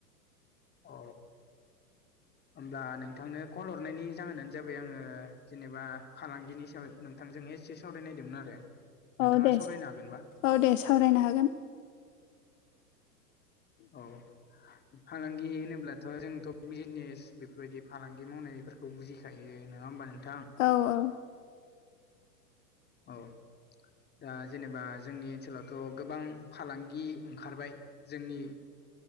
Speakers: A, on the left; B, on the left.
A: अ होमब्ला नोंथांनो कल हरनायनि जाहोनानो जाबाय आङो जेनेबा फालांगिनि सायाव नोंथांजों से सावरायनायदोंमोन आरो नोंथाङा
B: औ दे
A: सावरायनो हागोनबा
B: ओ दे सावरायनो हागोन
A: औ फालांगि होनोब्लाथ' जोंथ' बिजनेस बेफोरबायदि फालांगि मावनायफोरखौ बुजियो हायो नोङा होमबा नोंथां
B: औ औ
A: औ दा जेनेबा जोंनि ओनसोलावथ' गोबां फालांगि ओंखारबाय जोंनि